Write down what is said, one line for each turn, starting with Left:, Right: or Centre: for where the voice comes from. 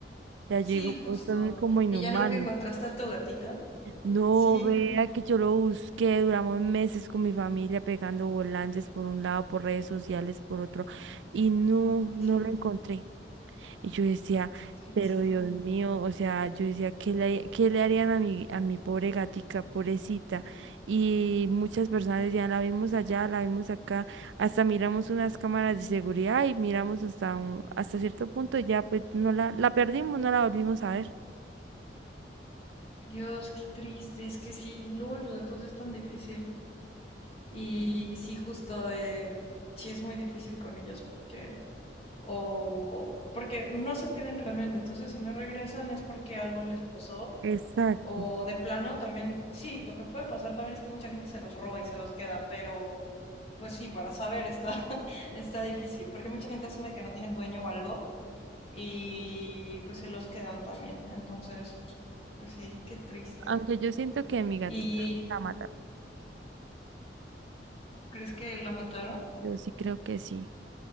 Right: Ya
Left: Sí,
Right: yo digo,
Left: justo.
Right: pues son como inhumanos.
Left: ¿Y ya nunca encontraste a tu gatita?
Right: No
Left: Sí,
Right: vea que yo lo busqué, duramos meses con mi familia pegando volantes por un lado, por redes sociales, por otro, y no, no
Left: sí,
Right: lo encontré. Y yo decía,
Left: qué triste.
Right: pero Dios mío, o sea, yo decía, ¿qué le, qué le harían a mi, a mi pobre gatica, pobrecita? Y muchas personas decían, la vimos allá, la vimos acá, hasta miramos unas cámaras de seguridad y miramos hasta un, hasta cierto punto, y ya pues no la, la perdimos, no la volvimos a ver.
Left: Dios, qué triste, es que sí, y luego los gatos es tan difícil. Y sí, justo, eh, sí es muy difícil con ellos porque, o, porque no se pierden realmente. Entonces, si no regresan es porque algo les pasó.
Right: Exacto.
Left: O de plano también, sí, lo que puede pasar también es que mucha gente se los roba y se los queda, pero pues sí, para saber está, <laughs> está difícil, porque mucha gente asume que no tienen dueño o algo y pues se los quedan también. Entonces, pues sí, qué triste.
Right: Aunque yo siento que mi gatica
Left: ¿Y
Right: la mata.
Left: crees que la mataron?
Right: Yo sí creo que sí.